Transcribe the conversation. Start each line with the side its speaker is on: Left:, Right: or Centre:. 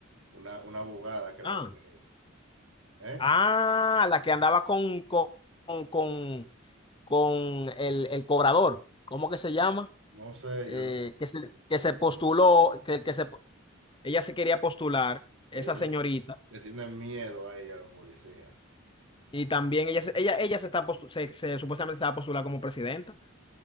Right: Una, una abogada, creo
Left: Ah,
Right: que. ¿Eh?
Left: ah, la que andaba con, con, con, con el, el cobrador. ¿Cómo que se llama?
Right: No sé,
Left: eh,
Right: yo,
Left: que se, que se postuló, que, que se... Ella se quería postular,
Right: que
Left: esa
Right: ellos
Left: señorita,
Right: le, le tienen miedo a ella, a los policías.
Left: y también ella, se- ella, ella se está postu- se, se- supuestamente se va a postular como presidenta.